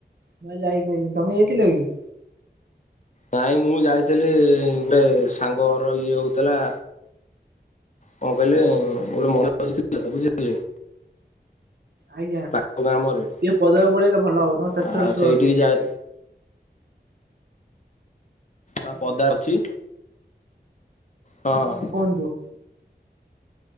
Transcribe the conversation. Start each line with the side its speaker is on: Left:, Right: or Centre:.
Right: ମୁଁ ଆଜି ଯାଇ ପାଇଲିନି। ତମେ ଯାଇଥିଲ କି?
Left: ନାଇଁ ମୁଁ ଯାଇଥିଲି ଗୋଟେ ସାଙ୍ଗ ଘର ଇଏ ହୋଉଥିଲା। କଣ କହିଲେ ଗୋଟେ <unintelligible> ବୁଝିଲେ।
Right: ଆଜ୍ଞା
Left: ପାଖ
Right: ଟିକେ
Left: ଗ୍ରାମରେ
Right: ପଦାକୁ ପଳେଇଲେ ଭଲ ହବ ନହେଲେ ଚଡ୍
Left: ଆଉ
Right: ଚଡ୍ ସୁବା
Left: ସେଇଠିକି
Right: ଯାଉଚି ଆଜ୍ଞା।
Left: ଯାଏ ହଁ
Right: ଆଜ୍ଞା
Left: ପଦା ଅଛି। ହଁ
Right: ଆଜ୍ଞା କହନ୍ତୁ।